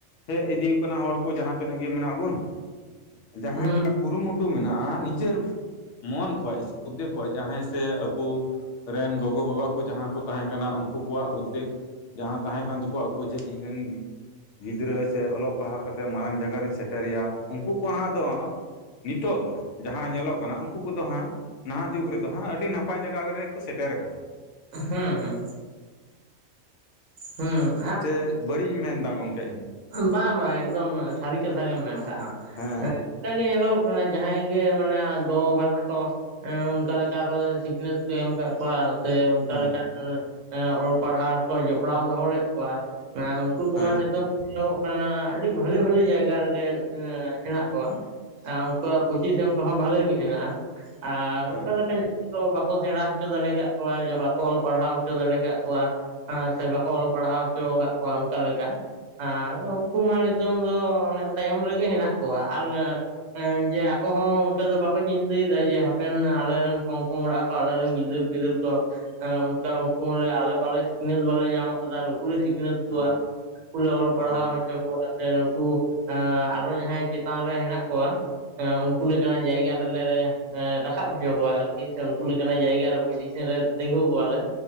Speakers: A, on the left; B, on the right.
A: ᱦᱮᱡ ᱤᱫᱤ ᱟᱠᱟᱱᱟ ᱦᱚᱲ ᱠᱚ ᱡᱟᱦᱟᱸ ᱛᱤᱱᱟᱹᱜ ᱜᱮ ᱢᱮᱱᱟᱜ ᱵᱚᱱ, ᱡᱟᱦᱟᱸᱭᱟᱜ
B: ᱦᱩᱸ
A: ᱠᱩᱨᱩᱢᱩᱴᱩ ᱢᱮᱱᱟᱜ-ᱟ ᱱᱤᱡᱮᱨ ᱢᱚᱱ ᱠᱷᱚᱡ ᱥᱮ <unintelligible> ᱠᱷᱚᱱ ᱡᱟᱦᱟᱸᱭ ᱥᱮ ᱟᱵᱚ ᱨᱮᱱ ᱜᱚᱜᱚ ᱵᱟᱵᱟ ᱠᱚ ᱡᱟᱦᱟᱸ ᱠᱚ ᱛᱟᱦᱮᱸ ᱠᱟᱱᱟ ᱩᱱᱠᱩ ᱠᱚᱣᱟᱜ ᱩᱫᱫᱮᱜ ᱡᱟᱦᱟᱸ ᱛᱟᱦᱮᱸ ᱠᱟᱱ ᱛᱟᱠᱚᱣᱟ ᱟᱠᱚ ᱡᱮ ᱤᱧ ᱨᱮᱱ ᱜᱤᱫᱽᱨᱟᱹ ᱥᱮ ᱚᱞᱚᱜ ᱯᱟᱲᱦᱟᱣ ᱠᱟᱛᱮᱫ ᱢᱟᱨᱟᱝ ᱡᱟᱭᱜᱟ ᱨᱤᱧ ᱥᱮᱴᱨᱮᱭᱟ ᱩᱱᱠᱩ ᱠᱚ ᱦᱟᱸᱜ ᱫᱚ ᱱᱤᱛᱚᱜ ᱫᱚ ᱡᱟᱦᱟᱸ ᱧᱮᱞᱚᱜ ᱠᱟᱱᱟ ᱩᱱᱠᱩ ᱠᱚᱫᱚ ᱦᱟᱸᱜ ᱱᱟᱦᱟᱜ ᱡᱩᱜᱽ ᱨᱮᱫᱚ ᱦᱟᱸᱜ ᱟᱹᱰᱤ ᱱᱟᱯᱟᱭ ᱡᱟᱭᱜᱟ ᱨᱮᱠᱚ ᱥᱮᱴᱮᱨ ᱟᱠᱟᱱᱟ᱾
B: ᱦᱩᱸ ᱦᱩᱸ ᱦᱮᱸ
A: ᱪᱮ ᱵᱟᱹᱲᱤᱡ ᱤᱧ ᱢᱮᱱᱫᱟ ᱜᱚᱢᱠᱮ?
B: ᱵᱟᱝ ᱵᱟᱝ ᱮᱠᱫᱚᱢ ᱥᱟᱹᱨᱤ ᱠᱟᱛᱷᱟ ᱜᱮᱢ ᱢᱮᱱ ᱠᱟᱜᱼᱟ
A: ᱦᱮᱸ
B: ᱱᱚᱝᱠᱟ ᱜᱮ ᱧᱮᱞᱚᱜ ᱠᱟᱱᱟ ᱡᱟᱦᱟᱸᱭ ᱜᱮ ᱢᱟᱱᱮ ᱜᱚ ᱵᱟᱵᱟ ᱛᱟᱠᱚᱼᱼ ᱚᱱᱠᱟ ᱞᱮᱠᱟ ᱟᱠᱚ ᱥᱤᱠᱷᱱᱟᱹᱛ ᱠᱚ ᱮᱢ ᱠᱟᱫ ᱠᱚᱣᱟ᱾ ᱥᱮ ᱚᱱᱠᱟ
A: ᱦᱮᱸ
B: ᱞᱮᱠᱟ ᱚᱞ ᱯᱟᱲᱦᱟᱣ ᱨᱮᱠᱚ ᱡᱚᱯᱲᱟᱣ ᱫᱚᱦᱚ ᱞᱮᱫ ᱠᱚᱣᱟ ᱢᱟᱱᱮ ᱩᱱᱠᱩ ᱠᱚᱢᱟ
A: ᱦᱮᱸ
B: ᱱᱤᱛᱚᱜᱼᱼ ᱴᱚᱜᱚᱜ ᱠᱟᱱᱟ ᱟᱹᱰᱤ ᱵᱷᱟᱞᱤ ᱵᱷᱟᱞᱤ ᱡᱟᱭᱜᱟ ᱨᱮᱜᱮ ᱦᱮᱱᱟᱜ ᱠᱚᱣᱟ᱾ ᱩᱱᱠᱩᱣᱟᱜ ᱯᱚᱸᱪᱤᱥᱚᱱ ᱠᱚᱦᱚᱸ ᱵᱷᱟᱞᱤ ᱜᱮ ᱦᱮᱱᱟᱜᱼᱟ ᱟᱨ
A: ᱦᱮᱸ
B: ᱚᱱᱠᱟ ᱞᱮᱠᱟᱼᱼ ᱵᱟᱠᱚ ᱥᱮᱬᱟ ᱦᱚᱪᱚ ᱫᱟᱲᱮ ᱟᱠᱟᱫ ᱠᱚᱣᱟ ᱡᱟ ᱵᱟᱠᱚ ᱚᱞ ᱯᱟᱲᱦᱟᱣ ᱦᱚᱪᱚ ᱫᱟᱲᱮ ᱟᱠᱟᱫ ᱠᱚᱣᱟ, ᱦᱮᱸ ᱥᱮ ᱵᱟᱠᱚ ᱚᱞ ᱯᱟᱲᱦᱟᱣ ᱦᱚᱪᱚ ᱟᱠᱟᱫ ᱠᱚᱣᱟ ᱚᱱᱠᱟ ᱞᱮᱠᱟ ᱟᱨ ᱩᱱᱠᱩ ᱢᱟ ᱱᱤᱛᱚᱝ ᱫᱚ ᱚᱱᱮ ᱛᱟᱭᱚᱢ ᱨᱮᱜᱮ ᱦᱮᱱᱟᱜ ᱠᱚᱣᱟ ᱟᱨᱼᱼ ᱦᱮᱸ ᱡᱮ ᱟᱠᱚ ᱦᱚᱸ ᱚᱱᱠᱟ ᱫᱚ ᱵᱟᱠᱚ ᱪᱤᱱᱛᱟᱹᱭᱮᱫᱟ ᱡᱮ ᱦᱟᱯᱮᱱ ᱟᱞᱮ ᱨᱮᱱ ᱯᱚᱝ ᱯᱚᱝᱲᱟ ᱠᱚ, ᱟᱞᱮ ᱨᱮᱱ ᱜᱤᱫᱽᱟᱹᱨ, ᱯᱤᱫᱽᱨᱟᱹ ᱠᱚ ᱚᱱᱠᱟ ᱩᱱᱠᱩ ᱦᱚᱸᱞᱮ ᱟᱞᱮ ᱵᱟᱞᱮ ᱥᱤᱠᱷᱱᱟᱹᱛ ᱵᱟᱞᱮ ᱧᱟᱢ ᱟᱠᱟᱫᱟ ᱱᱩᱠᱩ ᱞᱮ ᱥᱤᱠᱷᱱᱟᱹᱛ
A: ᱦᱮᱸ
B: ᱠᱚᱣᱟ᱾ ᱱᱩᱠᱩ ᱞᱮ ᱚᱞ ᱯᱟᱲᱦᱟᱣ
A: ᱦᱮᱸ
B: ᱦᱚᱪᱚ ᱠᱚᱣᱟ ᱥᱮ ᱱᱩᱠᱩ ᱟᱨᱚ ᱡᱟᱦᱟᱸᱭ ᱪᱮᱛᱟᱱᱨᱮ ᱦᱮᱱᱟᱜ ᱠᱚᱣᱟ᱾ ᱩᱱᱠᱩ ᱞᱮᱠᱟᱱᱟᱜ ᱡᱟᱭᱜᱟ ᱨᱮᱞᱮ ᱨᱟᱠᱟᱵ ᱦᱚᱪᱚ ᱠᱚᱣᱟ ᱟᱨᱠᱤ ᱥᱮ ᱩᱱᱠᱩ ᱞᱮᱠᱟᱱᱟᱜ ᱡᱟᱭᱜᱟ ᱨᱮ ᱯᱚᱡᱤᱥᱮᱱ ᱨᱮᱼᱼ ᱛᱤᱸᱜᱩ ᱠᱚᱣᱟᱞᱮ